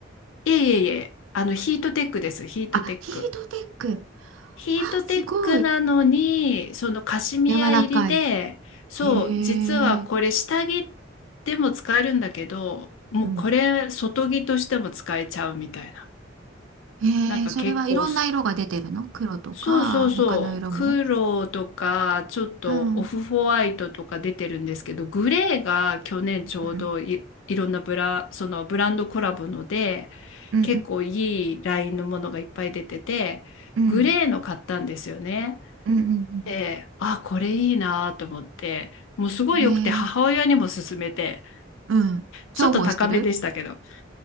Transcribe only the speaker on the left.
いえいえいえ、あの、ヒートテックです、ヒートテック。
ヒートテックなのに、
そのカシミヤ入りで、
そう、
実はこれ下着
でも使えるんだけど、もうこれ外着としても使えちゃうみたいな。
なんか結構
そうそうそう。
黒とか、ちょっとオフホワイトとか出てるんですけど、
グレーが去年ちょうどい、
いろんなブラ、そのブランドコラボので、
結構いいラインのものがいっぱい出てて、
グレーの買ったんですよね。
で、あ、これいいなと思って、もうすごい良くて母親にも勧めて、
ちょっと高めでしたけど。